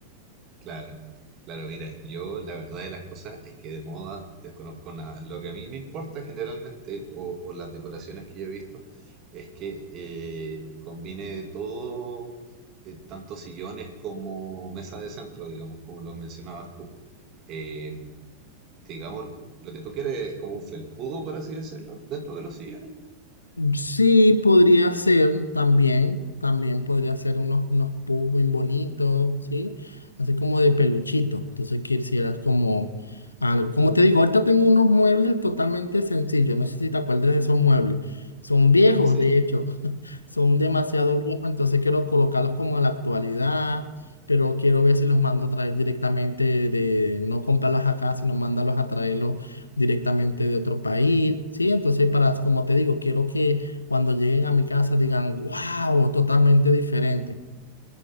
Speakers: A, on the right; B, on the left.
A: Claro, claro, mira, yo la verdad de las cosas es que de moda desconozco nada. Lo que a mí me importa generalmente, o, o las decoraciones que yo he visto, es que eh, combine todo, eh, tanto sillones como mesa de centro, digamos, como lo mencionabas tú. Eh, digamos, lo que tú quieres es como un felpudo, por así decirlo, dentro de los sillones.
B: Sí, podría ser también, también podría ser unos, unos pubs bien bonitos, ¿sí? Así como de peluchito. Entonces quisieras como algo. Como te digo, ahorita tengo unos muebles totalmente sencillos. No sé si te acuerdas de esos muebles. Son viejos,
A: Sí,
B: de
A: sí,
B: hecho. <laughs> Son demasiado viejos. Entonces quiero colocarlos como a la actualidad. Pero quiero ver si los mando a traer directamente de, no comprarlos acá, sino mandarlos a traerlos directamente de otro país, ¿sí? Entonces, para, como te digo, quiero que cuando lleguen a mi casa digan, wow, totalmente diferente.